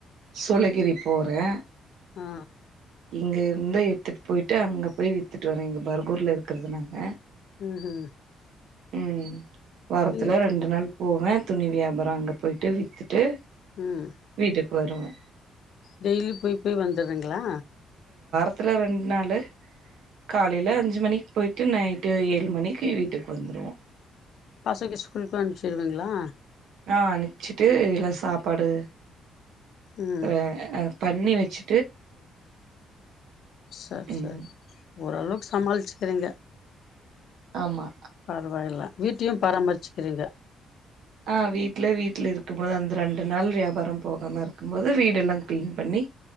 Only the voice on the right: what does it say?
சுளி கிரி போறே
இங்கேருந்து எடுத்துட் போய்ட்டு அங்க போய் வித்துட்டு வரீங்க <unintelligible> இருக்கறது நாங்க
ம் வாரத்துல
ரெண்டு நாள் போவே துணி வியாபாரோ அங்க போய்ட்டு வித்துட்டு
வீட்டுக்கு வருவே
த்துல ரெண்டு நாளு காலைல அஞ்சு மணி போய்ட்டு நைட்டு ஏழு மணிக்கு வீட்டுக்கு வந்துருவோ
ஆ அனுப்ச்சிட்டு இல்ல சாப்பாடு
<unintelligible> பண்ணி வச்சு
ம்
ஆமா
ஆ வீட்லே வீட்ல இருக்கும் போது அந்த ரெண்டு நாள் வியாபாரம் போகாம இருக்கும்போது வீடெல்லா க்ளீன் பண்ணி